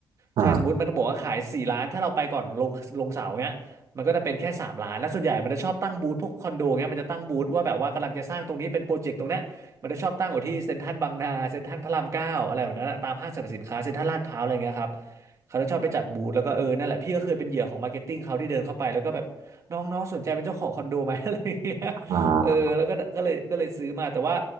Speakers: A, on the right; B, on the right.
A: อ่า
B: ใช่สมมติมันต้องบอกว่าขายสี่ล้านถ้าเราไปก่อนลงลงเสาเงี้ยมันก็จะเป็นแค่สามล้านแล้วส่วนใหญ่มันจะชอบตั้งบูธพวกคอนโดเงี้ยมันจะตั้งบูธว่าแบบว่ากำลังจะสร้างตรงนี้เป็นโปรเจกต์ตรงเนี้ยมันจะชอบตั้งอยู่ที่เซ็นทรัลบางนาเซ็นทรัลพระรามเก้าอะไรแบบนั้นอะตามห้างสรรพสินค้าเซ็นทรัลลาดพร้าวอะไรเงี้ยครับเขาจะชอบไปจัดบูธแล้วก็เออนั่นแหละพี่ก็เคยเป็นเหยื่อของมาร์เก็ตติ้งเขาที่เดินเข้าไปแล้วก็แบบ น้องน้องสนใจเป็นเจ้าของคอนโดไหม <laughs> อะไรเงี้ย
A: อ่
B: เออแล้วก็ก็เลยก็เลยซื้อมาแต่ว่า
A: า